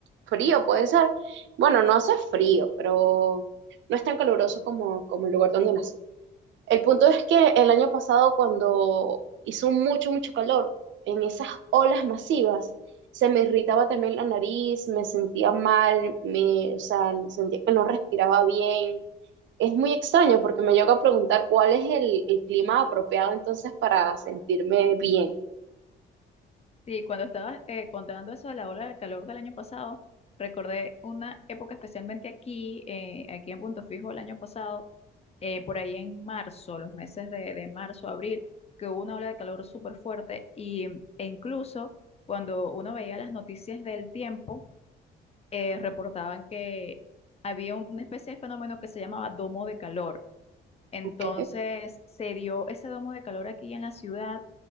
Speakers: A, on the right (about 70°); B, on the left (about 30°).
A: frío, puede ser. Bueno, no hace frío, pero no es tan caluroso como, como el lugar donde nací. El punto es que el año pasado, cuando hizo mucho, mucho calor, en esas olas masivas, se me irritaba también la nariz, me sentía mal, me, o sea, sentía que no respiraba bien. Es muy extraño porque me llego a preguntar cuál es el, el clima apropiado entonces para sentirme bien.
B: Sí, cuando estabas eh, contando eso de la ola del calor del año pasado, recordé una época especialmente aquí, eh, aquí en Punto Fijo el año pasado, eh, por ahí en marzo, los meses de, de marzo, abril, que hubo una ola de calor súper fuerte y, e incluso cuando uno veía las noticias del tiempo, eh, reportaban que había un- una especie de fenómeno que se llamaba domo de calor entonces
A: ¿ok?
B: se dio ese domo de calor aquí en la ciudad